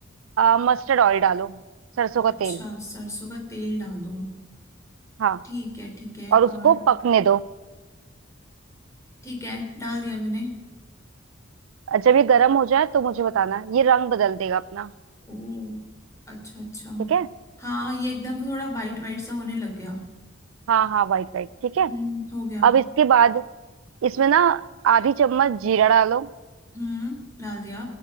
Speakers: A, on the right; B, on the left.
A: आ, मस्टर्ड ऑयल डालो सरसों का
B: अच्छा
A: तेल
B: सरसों का तेल डाल दूँ
A: हाँ
B: ठीक है ठीक है
A: और उसको
B: और
A: पकने दो
B: ठीक है डाल दिया मैंने
A: जब ये गर्म हो जाए तो मुझे बताना ये रंग बदल देगा अपना
B: ओ अच्छा अच्छा
A: ठीक है
B: हाँ ये एकदम थोड़ा वाइट वाइट सा होने लग गया
A: हाँ हाँ वाइट वाइट ठीक है
B: हम्म हो गया
A: अब इसके बाद इसमें ना आधी चम्मच जीरा डालो
B: हम्म डाल दिया